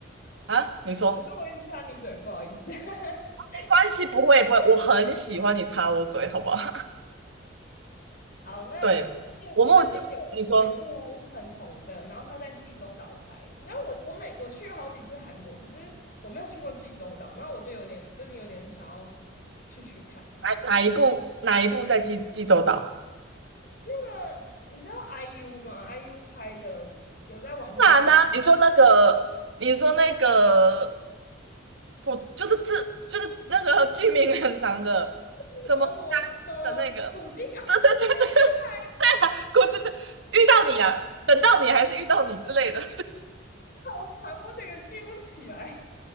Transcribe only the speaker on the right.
啊，你说
没关系，不会不会，我很喜欢你插我嘴，好不好？
<laughs>
对，我目你说
哪哪一部哪一部在济济州岛？
当然啦，你说那个你说那个
我就是自，就是那个剧名很长的，
什么家的那个，
对对对对，
我真的遇到你啦，等到你还是遇到你之类的。